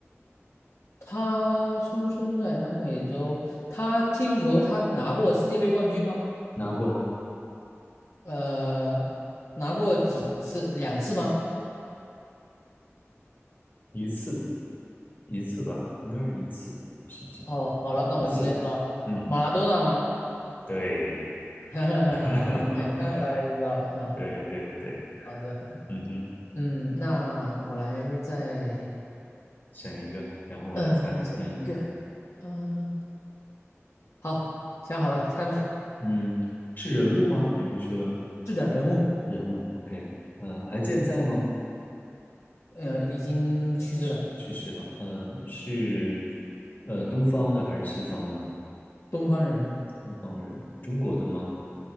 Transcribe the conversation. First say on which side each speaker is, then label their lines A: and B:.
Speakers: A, on the left; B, on the left.
A: 他出生在南美洲，他踢足球，他拿过世界杯冠军吗？
B: 拿过
A: 呃，拿过几次？两次吗？
B: 一次一次吧，应该是一次，我想想，
A: 哦，好了，那我就应该知道了，
B: 一次，嗯，
A: 马拉多纳吗？
B: 对，
A: <laughs> 呵呵呵，
B: <laughs> 哈哈哈
A: 看我大概就知道了。嗯，
B: 对对对，
A: 好的，好的。
B: 嗯哼，
A: 嗯，那我来再
B: 想一个，然后我来猜，
A: 嗯，呃我来想一个。
B: 嗯
A: 呃，好，想好了，猜吧。
B: 嗯，是人物吗？还是说
A: 是的，人物，
B: 人物？OK，呃，还健在吗？
A: 呃，已经去世了，
B: 去去世了，呃，是呃东方的还是西方的？
A: 东方人，
B: 东方人，中国的吗